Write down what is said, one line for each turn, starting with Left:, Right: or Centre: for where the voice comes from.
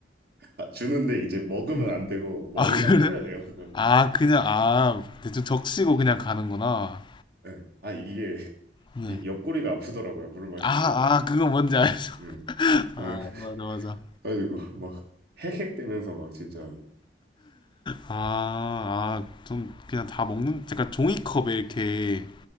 Right: 아, 주는데 이제 먹으면
Left: 네.
Right: 안 되고 머리에다
Left: 아, <laughs> 그래?
Right: 뿌려야 돼요, 그거는.
Left: 아, 그냥, 아, 대충 적시고 그냥 가는구나.
Right: 예. 아, 이게
Left: 네.
Right: 이 옆구리가 아프더라고요, 물을 마시니까.
Left: 아, 아, 그거 뭔지 알죠?
Right: 응.
Left: <laughs> 아,
Right: 응.
Left: 맞아, 맞아.
Right: 그래가지고 막 헥헥대면서 막 진짜
Left: 아, 아, 좀 그냥 다 먹는, 약간 종이컵에 이렇게